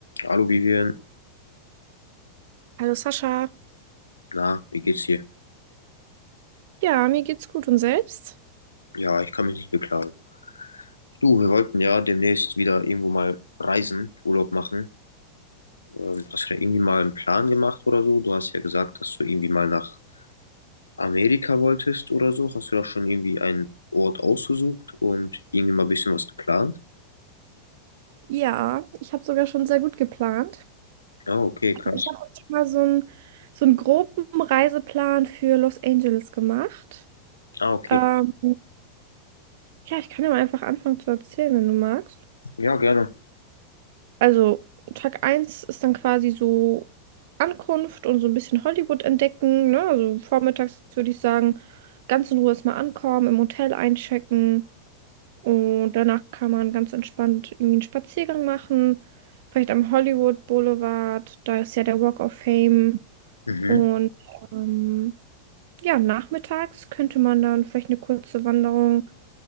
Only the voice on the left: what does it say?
Hallo Vivian,
na, wie geht's dir?
Ja, ich kann mich nicht beklagen. Du, wir wollten ja demnächst wieder irgendwo mal reisen, Urlaub machen. Ähm, hast du da irgendwie mal einen Plan gemacht oder so? Du hast ja gesagt, dass du irgendwie mal nach Amerika wolltest oder so. Hast du da schon irgendwie einen Ort ausgesucht und irgendwie mal ein bisschen was geplant?
Ah, okay, krass.
Ah, okay.
Ja, gerne.
Mhm.